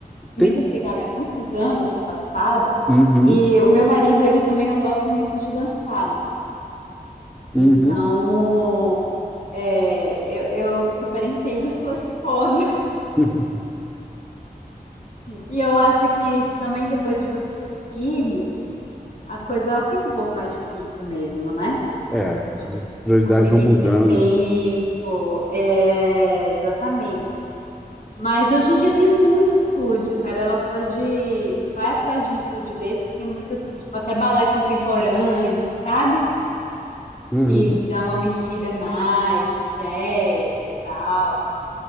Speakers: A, on the left; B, in the centre.
A: também
B: tem.
A: dancei balé muitos anos no passado.
B: Uhum,
A: E o meu marido, ele também não gosta muito de dançar, né? Então,
B: uhum,
A: é, eu, eu super entendo sua esposa.
B: uhum.
A: E eu acho que também depois de você ter filhos, a coisa ela fica um pouco mais difícil mesmo, né?
B: É, cara,
A: De
B: as prioridades
A: conseguir
B: vão mudando.
A: ter tempo, é, exatamente. Mas hoje em dia tem muito estúdio, cara. Ela pode. Vai atrás de um estúdio desse, tem muito assim, tipo, até balé contemporâneo, sabe?
B: Uhum,
A: Que dá uma mexida mais, jazz e tal.